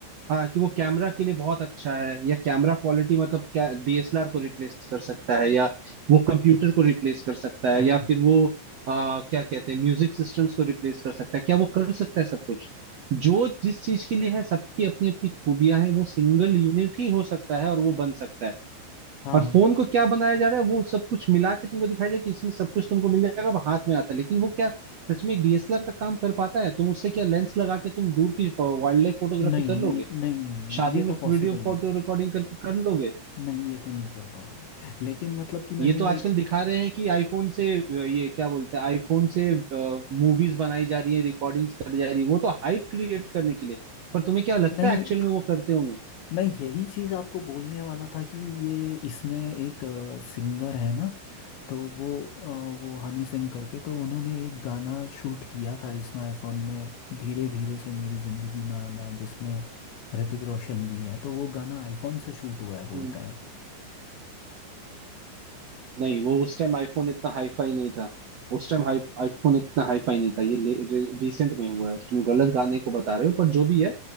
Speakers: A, on the right; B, on the left.
A: हाँ कि वो कैमरा के लिए बहुत अच्छा है या कैमरा क्वालिटी मतलब क्या डीएसएलआर को रिप्लेस कर सकता है या वो कंप्यूटर को रिप्लेस कर सकता है
B: हाँ
A: या फिर वो आ, क्या कहते हैं म्यूजिक सिस्टम्स को रिप्लेस कर सकता है क्या वो कर सकता है सब कुछ जो जिस चीज के लिए है सबकी अपनी अपनी खूबियां हैं वो सिंगल यूनिट ही हो सकता है और वो बन सकता है
B: हाँ
A: और फोन को क्या बनाया जा रहा है वो सब कुछ मिला के तुमको दिखाया जाए कि इसमें सब कुछ तुमको मिल जाएगा अब हाथ में आता है लेकिन वो क्या सच में एक डीएसएलआर का काम कर पाता है तुम उससे क्या लेंस लगा के तुम दूर की वाइल्ड लाइफ फोटोग्राफी
B: नहीं
A: कर
B: नहीं
A: लोगे
B: नहीं नहीं नहीं
A: शादी
B: ये
A: में
B: तो पॉसिबल
A: वीडियो
B: नहीं
A: फोटो रिकॉर्डिंग करके कर लोगे
B: नहीं ये तो नहीं कर पाओगे लेकिन मतलब कि मैंने
A: ये तो आजकल
B: एक
A: दिखा रहे हैं कि आईफोन से अ, ये क्या बोलते हैं आईफोन से मूवीज बनाई जा रही है रिकॉर्डिंग्स करी जा रही है वो तो हाइप क्रिएट करने के लिए पर तुम्हें क्या लगता
B: नहीं
A: है एक्चुअल में वो करते होंगे
B: मैं यही चीज आपको बोलने वाला था कि ये इसमें एक सिंगर है ना तो वो अ, वो हनी सिंह करके तो उन्होंने एक गाना शूट किया था इसमें आईफोन में धीरे धीरे से मेरी जिंदगी में आना जिसमें ऋतिक रोशन भी है तो वो गाना आईफोन से शूट हुआ है बोलते
A: हम्म।
B: हैं
A: नहीं वो उस टाइम आईफोन इतना हाई फाई नहीं था उस टाइम हाई आईफोन इतना हाई फाई नहीं था ये रिसेंट में हुआ है तुम गलत गाने को बता रहे हो पर जो भी है